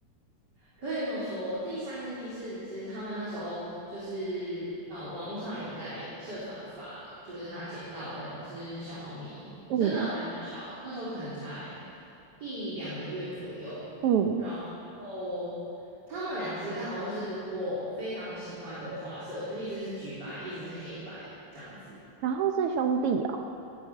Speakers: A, on the right; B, on the right.
A: 可以这么说，第三跟第四只，他们那时候就是呃，网络上有人在社团发，就是他捡到两只小猫咪，
B: 嗯
A: 真的还蛮小的，那时候可能才一两个月左右。
B: 嗯，
A: 然后他们两只刚好就是我非常喜欢的花色，就一只是橘白，一只是黑白这样子。
B: 然后是兄弟哦，